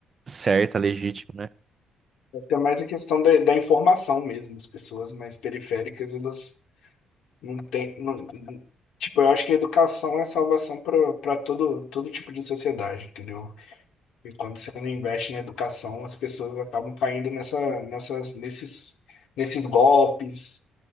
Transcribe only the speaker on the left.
é até mais a questão da, da informação mesmo. As pessoas mais periféricas, elas Não tem, não- tipo, eu acho que a educação é a salvação para para todo, todo tipo de sociedade, entendeu? E quando você não investe na educação, as pessoas acabam caindo nessa, nessas, nesses, nesses golpes,